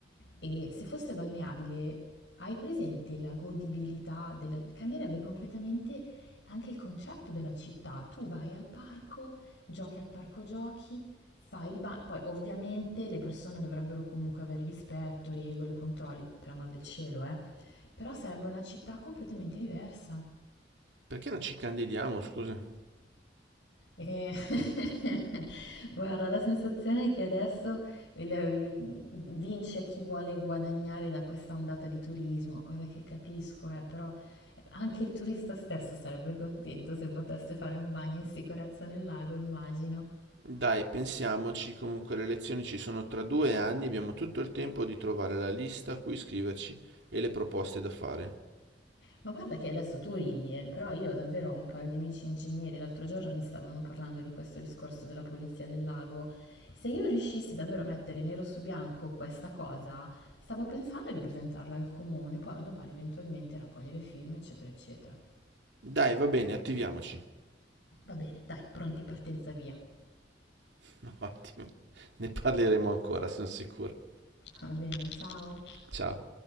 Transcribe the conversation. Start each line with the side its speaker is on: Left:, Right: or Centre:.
Left: E se fosse balneabile, hai presente la godibilità della- cambierebbe completamente anche il concetto della città, tu vai al parco, giochi al parco giochi, fai il bagno, poi ovviamente le persone dovrebbero comunque avere rispetto, regole, controlli, per amor del cielo, eh, però sarebbe una città completamente diversa.
Right: Perché non ci candidiamo, scusa?
Left: E <laughs> guarda, la sensazione è che adesso il- il- vince chi vuole guadagnare da questa ondata di turismo, cosa che capisco, eh, però anche il turista stesso sarebbe contento se potesse fare un bagno in sicurezza nel lago, immagino.
Right: Dai, pensiamoci, comunque le elezioni ci sono tra due anni e abbiamo tutto il tempo di trovare la lista a cui iscriverci e le proposte da fare.
Left: Ma guarda che adesso tu ridi, eh, però io davvero ho un paio di amici ingegneri, l'altro giorno mi stavano parlando di questo discorso della polizia del lago. Se io riuscissi davvero a mettere nero su bianco questa cosa, stavo pensando di presentarla al comune, poi un domani eventualmente raccogliere film, eccetera, eccetera.
Right: Dai, va bene, attiviamoci.
Left: Va bene, dai, pronti partenza via. <laughs>
Right: <laughs> No, Ottimo, ne parleremo ancora, sono sicuro.
Left: Va bene, ciao.
Right: Ciao.